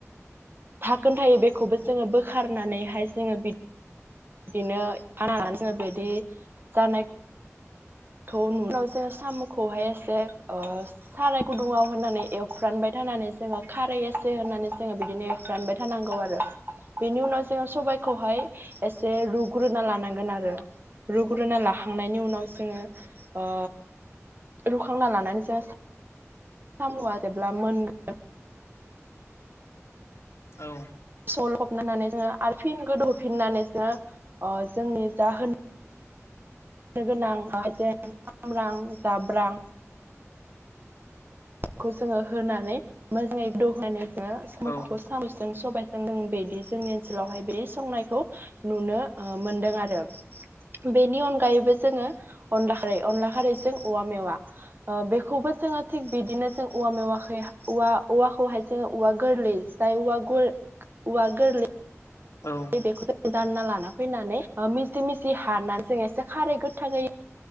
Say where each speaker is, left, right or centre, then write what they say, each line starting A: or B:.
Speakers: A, on the right; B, on the left.
A: घाखोन थायो बेखौबो जोङो बोखारनानैहाय जोङो बि बिदिनो खानानै जोङो बिदि जानाय खौ नु उनाव जोङो साम'खौहाय एसे ओ साराय गुदुङाव होननानै एवफ्रानबाय थानानै जोङो खारै एसे होननानै जोङो बिदिनो रानबाय थानांगौ आरो बेनि उनाव जोङो सबाइखौहाय एसे रुग्रोना लानांगोन आरो रुग्रोना लाखांनायनि उनाव जोङो ओ रुखांना लानानै जोङो समुआ जेब्ला मोनगो
B: औ
A: स'लखबनानै जोङो आर फिन गोदौफिननानैसो अ जोंनि जा होन होनो गोनां हाएजें सामब्राम जाब्रां खौ जोङो होनानै मोजाङै गोदौनानै जोङो
B: औ
A: सामखौ साबे जों सबबायजों जों बिदि जोंनि ओनसोलावहाय बे संनायखौ, नुनो मोनदों आरो बेनि अनगायैबो, जोंङो अनला खारै अनला खारैजों औवा मेवा बेखौबो जोंङो थिग बिदिनो जों औवा मेवाखै औवा-औवाखौहाय जोंङो औवा गोरलै जाय औवा-औवा गोरलै
B: औ
A: बेखौ जोंडों दानना लाना फैनानै मिजि-मिजि हानानै जो एसे खारै गोथाङै